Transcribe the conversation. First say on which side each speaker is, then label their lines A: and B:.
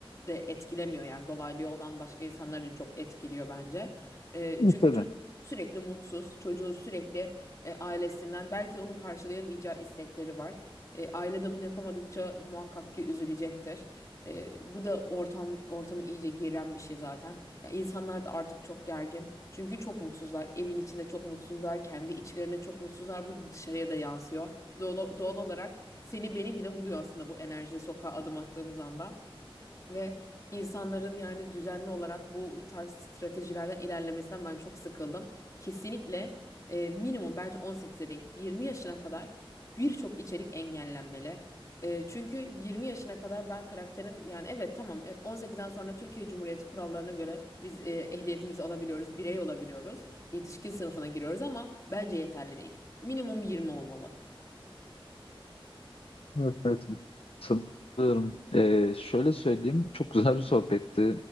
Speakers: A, on the left (about 35°); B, on the left (about 80°).
A: de etkilemiyor yani dolaylı yoldan başka insanları da çok etkiliyor bence. E,
B: Evet,
A: çünkü
B: Tabii.
A: çocuk Sürekli mutsuz, çocuğun sürekli e, ailesinden belki de onun karşılayamayacağı istekleri var. E, aile de bunu yapamadıkça muhakkak ki üzülecektir. E, bu da ortam ortamı iyice geren bir şey zaten. Ya insanlar da artık çok gergin. Çünkü çok mutsuzlar. Evin içinde çok mutsuzlar, kendi içlerinde çok mutsuzlar. Bu dışarıya da yansıyor. Doğal, doğal olarak seni beni bile buluyor aslında bu enerji sokağa adım attığımız anda. Ve insanların yani düzenli olarak bu tarz stratejilerden ilerlemesinden ben çok sıkıldım. Kesinlikle e, minimum bence 18'e değil 20 yaşına kadar birçok içerik engellenmeli. E, çünkü 20 yaşına kadar ben karakterin yani evet tamam e, on sekizden sonra Türkiye Cumhuriyeti kurallarına göre biz e, ehliyetimizi alabiliyoruz, birey olabiliyoruz, yetişkin sınıfına giriyoruz ama bence yeterli değil. Minimum 20 olmalı.
B: Evet, evet. San- e, şöyle söyleyeyim, çok güzel bir sohbetti.